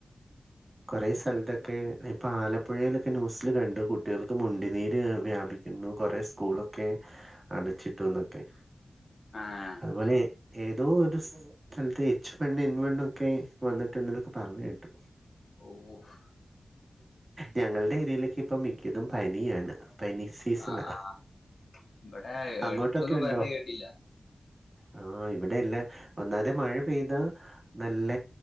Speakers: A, on the right; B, on the left.
A: കുറെേ സ്ഥലത്തൊക്കെ ഇപ്പൊ ആലപ്പുഴയിലൊക്കെ ന്യൂസിൽ കണ്ടു കുട്ടോൾക്ക് മുണ്ടിനീര് വ്യാപിക്ക ഇന്നും കൊറെ സ്കൂളൊക്കെ അടച്ചിട്ടുംന്നൊക്കെ
B: ആഹ്
A: അതുപോലെ ഏതോ ഒരു സ്ഥലതേ പെണ്ണ് <unintelligible> എൻവനൊക്കെ വന്നിട്ടുണ്ടതൊക്കെ പറഞ്ഞു കേട്ടു.
B: ഓഹ്.
A: ഞങ്ങളുടെ ഏരിയയിലൊക്കെ ഇപ്പ മിക്കതും പനിയാണ് പനി സനാ
B: ആഹ് ഇവിടെ
A: അങ്ങോട്ടൊക്കെ
B: എടുത്തൊന്നും
A: ഉണ്ടോ?
B: പറഞ്ഞ് കേട്ടില്ല
A: ആ ഇവിടെയല്ല ഒന്നാതെ മഴ പെയ്താ നല്ല